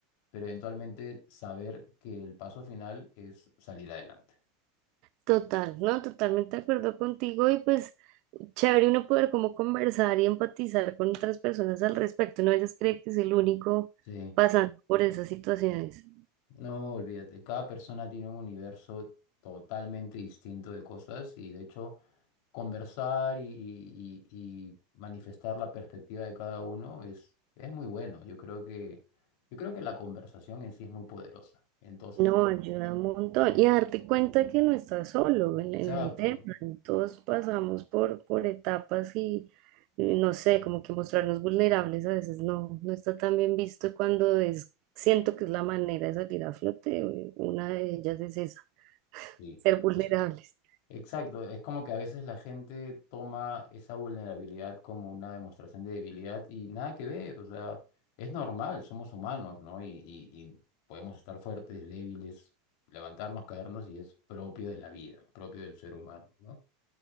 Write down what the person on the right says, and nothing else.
Total, ¿no? Totalmente de acuerdo contigo y pues chévere uno poder como conversar y empatizar con otras personas al respecto. No a veces cree que es el único
pasando por esas situaciones.
No, ayuda un montón. Y darte cuenta que no estás solo en,
en el tema. Todos pasamos por, por etapas y y no sé, como que mostrarnos vulnerables a veces no, no está tan bien visto cuando es, siento que es la manera de salir a flote. eh, Una de ellas es esa, <laughs>
ser vulnerables.